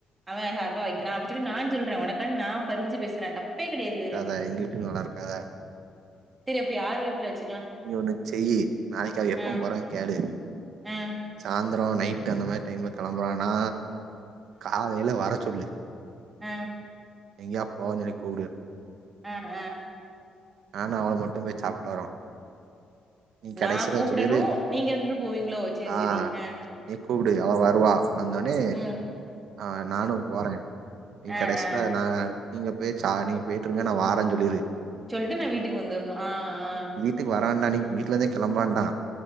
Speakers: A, on the right; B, on the right.
A: அவ சார்பா வக்கிறா அப்டின்சொல்லி நா சொல்ற ஒனக் கன் நா பறிஞ்சு பேசுற தப்பே கடையாது இதுல
B: த எங்க வீட்டுக் நல்லார்க்காங்க
A: சேரி அப்ப யார் வீட்ல வெச்
B: நீ ஒன்னு செய்யி நாளைக் அவ எப்பம்
A: ஆ
B: போறா கேளு
A: ஆ
B: சாந்தரோ நைட்டு் அந்த மாரி டைம்ல கெம்புறானா காலைல வர சொல்லு
A: அ
B: எங்யா போவஞ்சொல்லி கூவுடு
A: அ அ
B: நானு அவளு மட்டு பேய் சாப்ட்டு வரோ நீ
A: நா
B: கடைசில
A: கூப்புடணு
B: சொல்லிரு
A: நீங்க இரண்ரு போவீங்ளோ சேர்
B: ஆ
A: செரி அ
B: நீ கூப்புடு அவ வருவா வந்தோனே
A: ம்
B: அ நானு போறே நீ
A: ஆ ஆ
B: கடைஸ்ல
A: ஆ
B: நா நீங்க போச்சா நீங்க பெய்ட்டுருங்க நா வார சொல்லிரு
A: சொல்ட்டு நா வீட்டுக் வந்துர்ணு அ அ
B: டுக் வரவான்டா நீ வீட்லர்ந்தே களம்லாண்டா